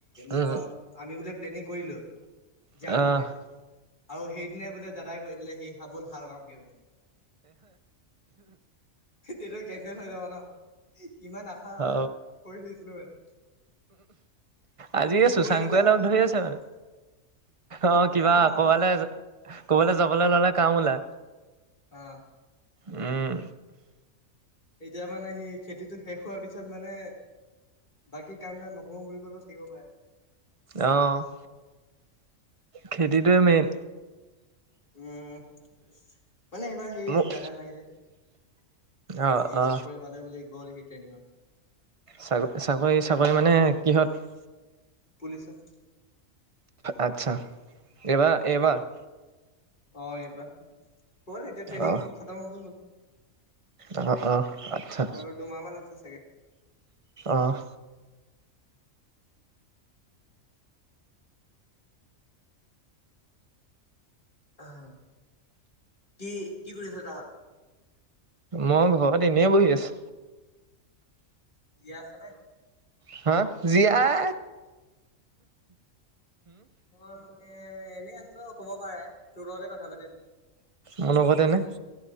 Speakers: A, on the right; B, on the left.
A: উম
B: ম আমি বোলে প্লেনিং কৰিলো যাম
A: অহ
B: বুলি আৰু সেইদিনাই বোলে দাদাই কৰি দিলে সেই হাবল হাল পাওঁগ বুলি তেনে কেনে যাবা ন ইমান আশা
A: অ
B: কৰি থৈছিলো মানে
A: আজি এই শুশাংকুয়ে
B: মোৰ এনেকুৱা
A: লগ
B: হয়
A: ধৰি আছে মানে অ
B: সেই
A: কিবা
B: মই
A: কবালৈ কোবলে যাব ললে কাম ওলায়
B: আহ
A: উম।
B: এতিয়া মানে সেই খেতিটো শেষ হোৱাৰ পিছত মানে বাকী কামবিলটা নকৰো বুলি কলেও চাকিব পাৰে
A: অ', খেতিটোৱে মেইন।
B: উম, মানে এইবাৰ সেই
A: মোক
B: দাদা নাই যে সি
A: অ অ
B: চাকৰি পালে বুলি গ'ল সি ট্ৰেইনিঙত
A: চাক চাকৰি
B: এতিয়া
A: চাকৰি মানে কিহত
B: পুলিচত
A: আতচ্ছা। এইবাৰ, এইবাৰ।
B: অ', এইবাৰ। হ'ল, এতিয়া ট্ৰেইনিং
A: অ
B: খ-খতম হ'ব হ'ল।
A: অ', অ', আচ্ছা
B: আৰু দুমাহ মান আছে চাগে
A: অ'।
B: আহ কি কি কৰি আছ তাহাত
A: মই ঘৰত এনে বহি আছোঁ।
B: <unintelligible> আছেনে?
A: হা জিয়াই
B: মই মানে এনে আছো কব পাৰে তোৰলে কথা পাতি আছো
A: মোৰ লগতে এনে